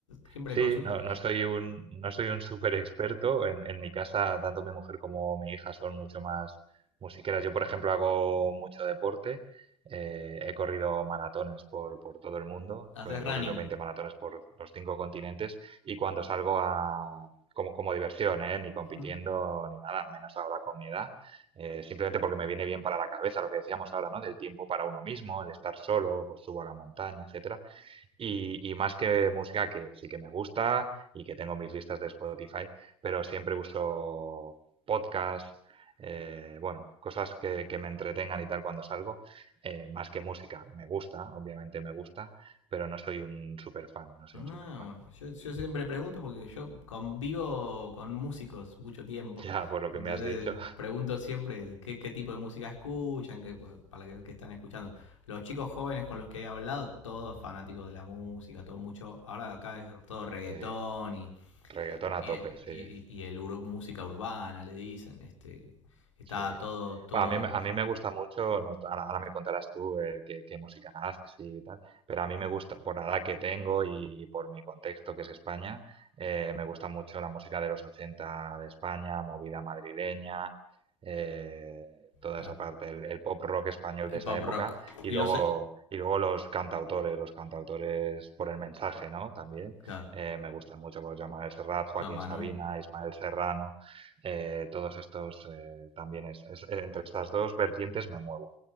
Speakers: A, on the left; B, on the right.
A: siempre
B: Sí,
A: consulto
B: no,
A: eso.
B: no soy un, no soy un súper experto. En, en mi casa, tanto mi mujer como mi hija son mucho más musiqueras. Yo, por ejemplo, hago mucho deporte. eh, he corrido maratones por, por todo el mundo.
A: Haces
B: co- He
A: running.
B: corrido 20 maratones por los cinco continentes. Y cuando salgo a, como, como diversión, ¿eh? Ni compitiendo
A: Ujú.
B: ni nada, menos ahora con mi edad. eh, simplemente porque me viene bien para la cabeza lo que decíamos ahora, ¿no? Del tiempo para uno mismo, de estar solo, pues subo a la montaña, etcétera. Y, y más que música que sí que me gusta y que tengo mis listas de Spotify, pero siempre uso podcasts, eh, bueno, cosas que, que me entretengan y tal cuando salgo, eh, más que música. Me gusta, obviamente me gusta, pero no soy un super fan, no soy
A: Ah,
B: un super fan.
A: bueno, yo, yo siempre pregunto porque yo convivo con músicos mucho tiempo.
B: <laughs> Ya por lo
A: Entonces
B: que me has dicho,
A: pregunto siempre qué, qué tipo de música escuchan, qué, para qué, qué están escuchando. Los chicos jóvenes con los que he hablado, todos fanáticos de la música, todo mucho. Ahora acá es todo reggaetón
B: <laughs> eh,
A: y,
B: reggaetón a
A: y
B: tope,
A: el,
B: sí.
A: y, y el ur- música urbana, le dicen. Este, está
B: Sí.
A: todo, todo,
B: Bueno, a mí, me- a mí me gusta mucho, no, ahora, ahora me contarás tú eh, qué, qué música haces y tal, pero a mí me gusta, por la edad que tengo y, por mi contexto que es España, eh, me gusta mucho la música de los 80 de España, movida madrileña, eh, toda
A: claro.
B: esa parte, el, el pop rock español
A: El
B: de esa
A: pop
B: época
A: rock.
B: y
A: Y
B: luego,
A: los,
B: y luego los cantautores, los cantautores por el mensaje, ¿no? También
A: claro,
B: eh, me gustan mucho, pues Joan Manuel Serrat, Joaquín
A: Juan Manuel.
B: Sabina, Ismael Serrano eh, todos estos eh, también es, es- entre estas dos vertientes me muevo.